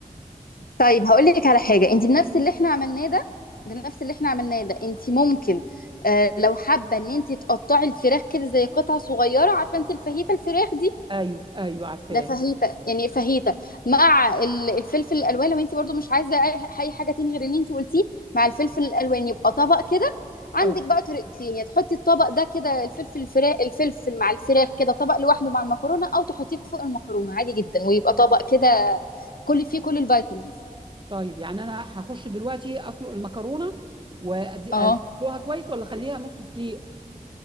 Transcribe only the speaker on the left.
طيب هقول لك على حاجه انت بنفس اللي احنا عملناه ده بنفس اللي احنا عملناه ده انت ممكن آه، لو حابه ان انت تقطعي الفراخ كده زي قطع صغيره عارفه انت الفاهيتا الفراخ دي
ده فاهيتا يعني فاهيتا مع ال- الفلفل الالوان لو انت برضو مش عايزه اي أي حاجه تاني غير اللي انت قلتيه مع الفلفل الالوان يبقى طبق كده عندك
بقى طريقتين يا تحطي الطبق ده كده الفلفل الفراخ الفلفل مع الفراخ كده طبق لوحده مع المكرونه او تحطيه فوق المكرونه عادي جدا ويبقى طبق كده كل فيه كل الفيتامينز
اه